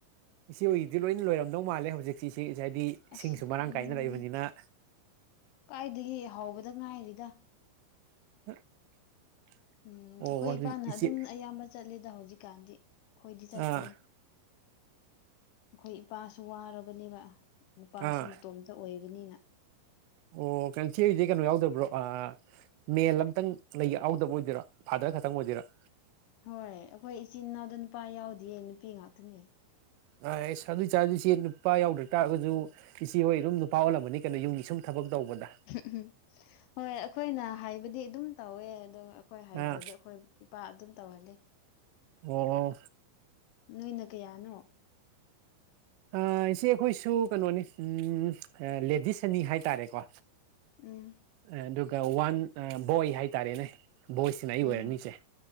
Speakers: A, on the right; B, on the left.
A: ꯏꯆ‌ꯦ ꯍ‌ꯣꯏꯒꯤꯗꯤ ꯂꯣꯏꯅ ꯂꯣꯏꯔꯝꯗꯧ ꯃꯥꯜꯂꯦ ꯍꯧꯖꯤꯛꯁꯤ <inaudible> ꯉꯥꯏꯗꯤ
B: ꯑꯁ
A: ꯏꯁꯤꯡꯁꯨ ꯃꯔꯥꯡ
B: ꯎꯝ
A: ꯀꯥꯏꯅ ꯂꯩꯕꯅꯤꯅ
B: ꯀꯥꯏꯗꯒꯤ ꯍꯥꯎꯕꯗ ꯉꯥꯏꯔꯤꯗ
A: <unintelligible>
B: ꯎꯝ
A: ꯑꯣ
B: ꯑꯈꯣꯏ
A: ꯑꯗꯨ
B: ꯏꯄꯥꯅ
A: ꯏꯆꯦ
B: ꯑꯗꯨꯝ ꯑꯌꯥꯝꯕ ꯆꯠꯂꯤꯗ ꯍꯧꯖꯤꯛꯀꯥꯟꯗꯤ ꯑꯩꯈꯣꯏꯗꯤ ꯆꯠꯇꯦ
A: ꯑꯥ
B: ꯑꯈꯣꯏ ꯏꯄꯥꯁꯨ ꯋꯥꯔꯕꯅꯦꯕ ꯅꯨꯄꯥꯁꯨ
A: ꯑꯥ
B: ꯃꯇꯣꯝꯇ ꯑꯣꯏꯕꯅꯤꯅ
A: ꯑꯣ ꯀꯟꯁ‌ꯦꯒꯤꯗꯤ ꯀꯩꯅꯣ ꯌꯥꯎꯗꯕ꯭ꯔꯣ ꯑꯥ ꯃꯦꯜ ꯑꯝꯇꯪ ꯂꯩ ꯌꯥꯎꯗꯕ ꯑꯣꯏꯗꯣꯏꯔ‌ꯣ ꯐꯥꯗꯔ ꯈꯛꯇꯪ ꯑꯣꯏꯗꯣꯏꯔ‌ꯣ
B: ꯍꯣꯏ ꯑꯈꯣꯏ ꯏꯆꯤꯟ ꯏꯅꯥꯎꯗ ꯅꯨꯄꯥ ꯌꯥꯎꯗꯤꯌꯦ ꯅꯨꯄꯤ ꯉꯥꯛꯇꯅꯦ
A: <inaudible> ꯑꯗꯨꯑ‌ꯣꯏꯇꯔꯁꯨ ꯏꯆ‌ꯦ ꯅꯨꯄꯥ ꯌꯥꯎꯗ꯭ꯔ ꯇꯥꯔꯒꯖꯨ ꯏꯆꯦ ꯍꯣꯏ ꯑꯗꯨꯝ ꯅꯨꯄꯥ ꯑꯣꯜꯂꯝꯃꯅꯤ ꯀꯩꯅꯣ ꯌꯨꯝꯒꯤ ꯁꯨꯝ ꯊꯕꯛ ꯇꯧꯕꯗ
B: ꯎꯝ ꯍꯣꯏ ꯑꯩꯈꯣꯏꯅ ꯍꯥꯏꯕꯗꯤ ꯑꯗꯨꯝ ꯇꯧꯋꯦ ꯑꯗꯣ ꯑꯩꯈꯣꯏ ꯍꯥꯏꯗ꯭ꯔꯗꯤ
A: ꯑꯥ
B: ꯑꯩꯈꯣꯏ ꯏꯄꯥ ꯑꯗꯨꯝ ꯇꯧꯍꯜꯂꯦ
A: ꯑꯣ-ꯑ‌ꯣ
B: ꯅꯣꯏꯅ ꯀꯌꯥꯅꯣ
A: ꯑꯥ ꯏꯆꯦ ꯑꯩꯈꯣꯏꯁꯨ ꯀꯩꯅꯣꯅꯤ ꯎꯝ ꯂꯦꯗꯤꯁ ꯑꯅꯤ ꯍꯥꯏꯇꯥꯔꯦꯀꯣ
B: ꯎꯝ
A: ꯑꯗꯨꯒ ꯋꯥꯟ ꯕꯣꯏ ꯍꯥꯏꯇꯥꯔꯦꯅꯦ ꯕꯣꯏꯁꯤꯅ ꯑꯩ ꯑꯣꯏꯔꯅꯤꯁꯦ
B: ꯎꯝ